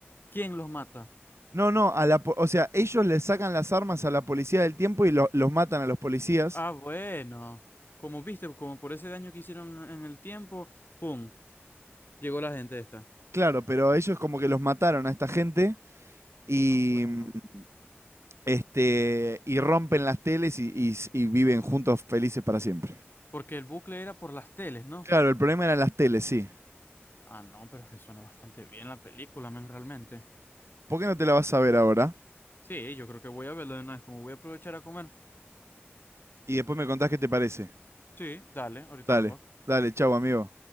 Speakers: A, on the left (about 50°); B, on the right (about 85°).
A: ¿Quién los mata?
B: No, no, a la, po- o sea, ellos le sacan las armas a la policía del tiempo y lo- los matan a los policías.
A: Ah, bueno. Como viste, como por ese daño que hicieron en el tiempo, ¡pum! Llegó la gente esta.
B: Claro, pero ellos como que los mataron a esta gente y
A: Ah, bueno.
B: mm, este y rompen las teles y, y s- y viven juntos felices para siempre.
A: Porque el bucle era por las teles, ¿no?
B: Claro, el problema eran las teles, sí.
A: Ah, no, pero es que suena bastante bien la película, men, realmente.
B: ¿Por qué no te la vas a ver ahora?
A: Sí, yo creo que voy a verlo de una vez, como voy a aprovechar a comer.
B: Y después me contás qué te parece.
A: Sí, dale, ahorita
B: Dale,
A: vengo.
B: dale, chau, amigo.